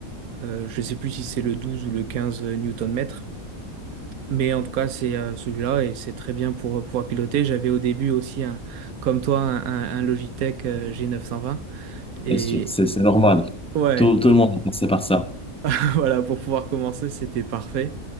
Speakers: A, on the right (about 85°); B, in the centre.
A: Euh, je ne sais plus si c'est le 12 ou le 15 Newton-mètre. Mais en tout cas, c'est euh, celui-là et c'est très bien pour euh, pouvoir piloter. J'avais au début aussi, un, comme toi, un, un- un Logitech euh, G920. Et
B: bien sûr, c'est c'est normal.
A: ouais,
B: Tout, tout le monde a passé par ça.
A: <laughs> voilà, pour pouvoir commencer, c'était parfait.